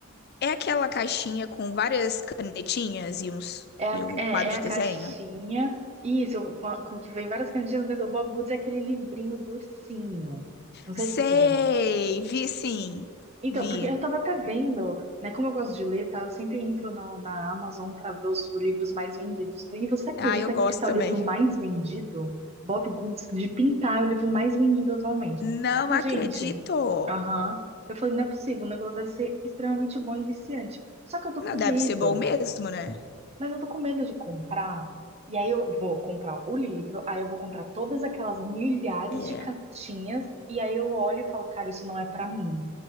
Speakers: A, on the left (about 50°); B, on the right (about 30°).
A: É aquela caixinha com várias canetinhas e uns
B: É a,
A: e um
B: é,
A: quadro
B: é
A: de
B: a
A: desenho?
B: caixinha, isso, eu- com a- com que vem várias canetinhas, mas o Bobbie Goods é aquele livrinho do ursinho. Não sei
A: Sei,
B: se você já viu.
A: vi sim.
B: Então,
A: Vi.
B: porque eu tava até vendo, né? Como eu gosto de ler, tá? Eu sempre entro na, na Amazon pra ver os livros mais vendidos. E você acredita
A: Ah, eu gosto
B: que esse é
A: também.
B: o livro mais vendido? Bob Goods de Pintar é o livro mais vendido atualmente.
A: Não
B: Aí eu falei,
A: acredito.
B: gente, aham. Eu falei, não é possível, o negócio deve ser extremamente bom e viciante. Só que eu tô
A: Não
B: com
A: deve
B: medo.
A: ser bom mesmo, né?
B: Mas eu tô com medo de comprar. E aí eu vou comprar o livro, aí eu vou comprar todas aquelas milhares
A: É.
B: de canetinhas, e aí eu olho e falo, cara, isso não é pra mim.